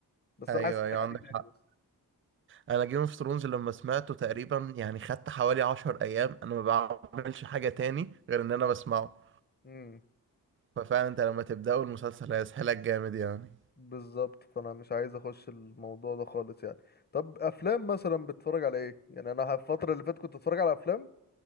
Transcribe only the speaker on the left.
بس
انا عايز اتفرج
عليه
تاني
بس
امم
بالظبط فانا مش عايز اخش الموضوع ده خالص يعني طب افلام مثلا بتتفرج على ايه يعني انا الفترة اللي فاتت كنت اتفرج على افلام